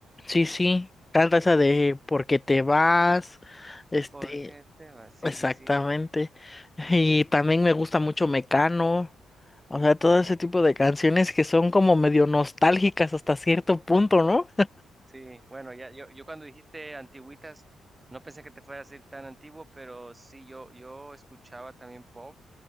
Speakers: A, on the left (about 20°); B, on the right (about 20°).
A: Sí, sí, canta esa de porque te vas? Este,
B: ¿Por qué te vas? Sí,
A: exactamente.
B: sí, sí,
A: Y también me gusta mucho Mecano. O sea, todo ese tipo de canciones que son como medio nostálgicas hasta cierto punto, ¿no?
B: sí. Bueno, ya, yo, yo cuando dijiste antigüitas, no pensé que te fuera a decir tan antiguo, pero sí, yo, yo escuchaba también pop.